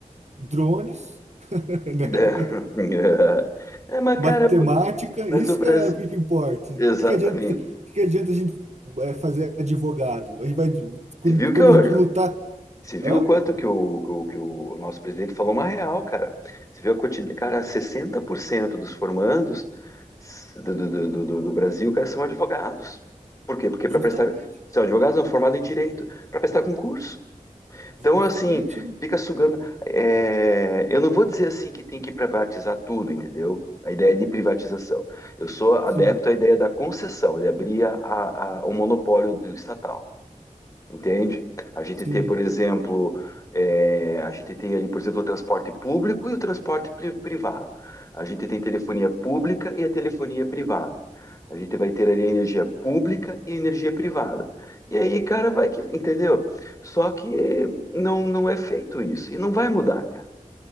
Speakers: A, on the right; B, on the left.
A: drones, <laughs> né?
B: <laughs> É, mas,
A: Matemática,
B: cara, mas
A: isso
B: o Brasil.
A: que é o que que importa. O
B: Exatamente.
A: que que adianta, o que que adianta a gente é, fazer advogado? A gente vai, de- quando,
B: Você viu que
A: quando
B: eu,
A: a gente lutar.
B: você viu
A: Hã?
B: o quanto que o, que o, que o nosso presidente falou uma real, cara. Você viu a quantidade, cara, 60% dos formandos do, do, do, do, do Brasil, cara, são advogados. Por quê? Porque
A: Justamente,
B: para prestar, são advogados são formados em direito, para prestar concurso.
A: justamente,
B: Então, assim,
A: né?
B: fica sugando. é, eu não vou dizer assim que tem que privatizar tudo, entendeu? A ideia de privatização. Eu sou adepto
A: Sim,
B: à ideia da concessão, de abrir a, a- a- o monopólio do estatal entende? A gente
A: sim.
B: tem, por exemplo, é, a gente tem ali, por exemplo, o transporte público e o transporte pri- privado. A gente tem telefonia pública e a telefonia privada. A gente vai ter ali a energia pública e a energia privada. E aí, cara, vai que, entendeu? Só que não, não é feito isso. E não vai mudar, cara.